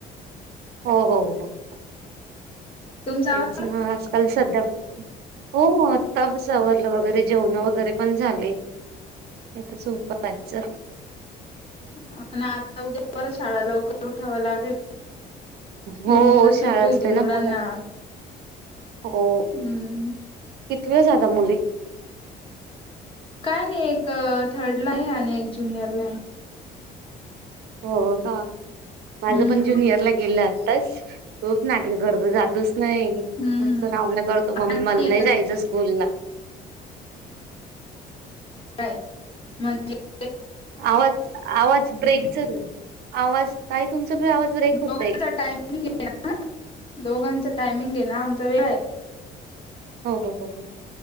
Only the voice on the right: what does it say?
हो हो हो.
तेच
ना
आजकाल सध्या हो आताच आवरलं वगैरे जेवण वगैरे पण झाले. आता झोपायच
हो
शाळा
असते ना
मुला हो
कितवीला जातात मुले?
हो का? माझं
पण ज्युनियर ला गेलं असताच खूप नाटक करतो जातच नाही
मस्त रावलं करतो मम्मी
मला नाही जायचं स्कूल ला.
आवाज आवाज ब्रेक चचाल आवाज ताई तुमचा पण आवाज ब्रेक होतय.
हा हा ह ह.